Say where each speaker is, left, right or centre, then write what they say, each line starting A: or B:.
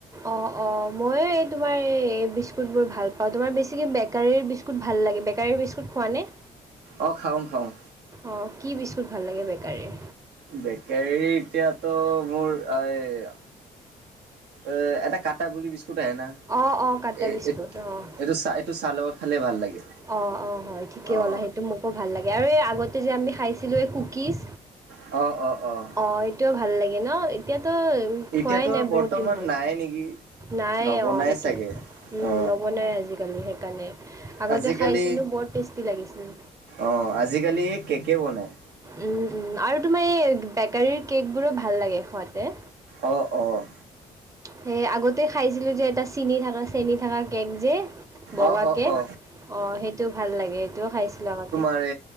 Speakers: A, on the right; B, on the right.
A: অ', অ', মইয়ো এই তোমাৰ এই বিস্কুট বোৰ ভাল পাওঁ তোমাৰ বেছ বেকাৰীৰ বিস্কুট। ভাল লাগ বেকাৰী বিস্কুট খোৱাে নে?
B: অ, খাওঁ, খাওঁ।
A: অ, কি বিস্কুট ভাল লাগে বেকাৰীৰ?
B: বেকাৰী এতিয়াতো মোৰ এই অ, এটা কটা বুলি বিস্কুট আহো।
A: অঁ অঁ কাটা
B: এ,
A: বিস্কুট অঁ
B: এইটো চা এইটো চাহৰ লগত খালে ভাল লাগে।
A: অ', অ', হয় ঠিকে
B: অ
A: হ'ল সেইটো মোকো ভাল লাগে আৰু এই আগতে যে আমি খাইছিলোঁ এই কুকিজ
B: অ', অ', অ'।
A: অ, এইটোও ভাল লাগে ন এতিয়াতো খোৱাই
B: এতিয়াতো
A: নাই বহুত
B: বৰ্তমান
A: দিন হ'ল।
B: নাই নেকি
A: নাই
B: নবনাই
A: অ, এইটো
B: চাগে
A: উম,
B: অ
A: নবনাই আজিকালি সেইকাৰণে আগতে
B: আজিকালি
A: খাইছিলোঁ বৰ টেষ্টি লাগিছিল।
B: অ, আজিকালি এই কেকে বনাই
A: উম, উম, আৰু তোমাৰ এই বেকাৰীৰ কেক বোৰো ভাল লাগে খোৱাতে।
B: অ', অ'।
A: সেই আগতেই খাইছিলোঁ যে এটা চেনি থকা চেনি থকা কেক যে বগাকে
B: অ অ অ
A: অ, সেইটো ভাল লাগে সেইটোও খাইছিলোঁ আগতে।
B: আৰে